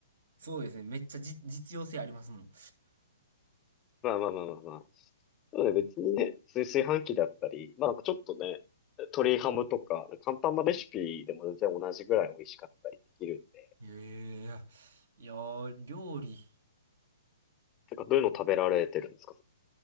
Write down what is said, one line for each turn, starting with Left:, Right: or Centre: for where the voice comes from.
Right: そうですね。めっちゃじ、実用性ありますもん。
Left: まあまあまあまあまあ。でもね、別にね、炊炊飯器だったり、まあなんかちょっとね、鶏ハムとか、簡単なレシピでも全然同じぐらい美味しかったりできるんで、
Right: <laughs> ええ、いやー、料理。
Left: なんかどういうの食べられてるんですか